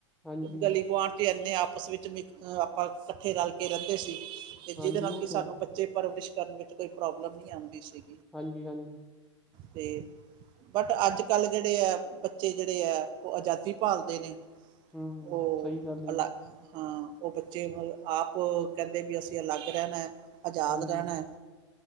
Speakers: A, in the centre; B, on the right.
A: ਹਾਂਜੀ
B: ਗਲੀ ਗੁਆਂਢ ਤੇ ਤੇ ਆਪਸ ਵਿੱਚ ਵੀ ਅ ਆਪਾਂ ਇਕੱਠੇ ਰਲ ਕੇ ਰਹਿੰਦੇ ਸੀ। ਤੇ
A: ਹਾਂਜੀ
B: ਜਿਹਦੇ ਨਾਲ
A: ਉਹ
B: ਕਿ ਸਾਨੂੰ
A: ਤੇ ਹੈ।
B: ਬੱਚੇ ਪਰਵਰਿਸ਼ ਕਰਨ ਵਿੱਚ ਕੋਈ ਪ੍ਰੋਬਲਮ ਨਹੀਂ ਆਉਂਦੀ ਸੀ।
A: ਹਾਂਜੀ ਹਾਂਜੀ
B: ਤੇ ਬਟ ਅੱਜ ਕੱਲ ਜਿਹੜੇ ਹੈ ਬੱਚੇ ਜਿਹੜੇ ਹੈ ਉਹ ਆਜ਼ਾਦੀ ਭਾਲਦੇ ਨੇ
A: ਹਮ
B: ਉਹ
A: ਸਹੀ ਗੱਲ ਹੈ ਜੀ।
B: ਅਲ ਹਾਂ ਉਹ ਬੱਚੇ ਆਪ ਕਹਿੰਦੇ ਵੀ ਅਸੀਂ ਅਲੱਗ ਰਹਿਣਾ ਹੈ। ਆਜ਼ਾਦ
A: ਹਾਂਜੀ
B: ਰਹਿਣਾ ਹੈ।